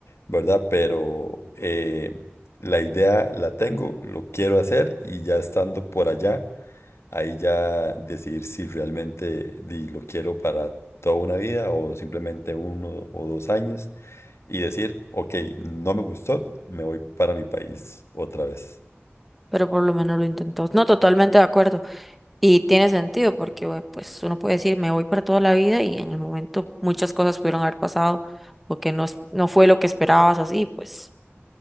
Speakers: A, on the left (about 80°); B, in the centre.
A: ¿verdad? Pero eh, la idea la tengo, lo quiero hacer y ya estando por allá, ahí ya decidir si realmente di, lo quiero para toda una vida o simplemente uno o dos años y decir, ok, no me gustó, me voy para mi país otra vez.
B: pero por lo menos lo intentó. No, totalmente de acuerdo. Y tiene sentido porque bueno, pues uno puede decir, me voy para toda la vida y en el momento muchas cosas pudieron haber pasado o que no, es- no fue lo que esperabas así, pues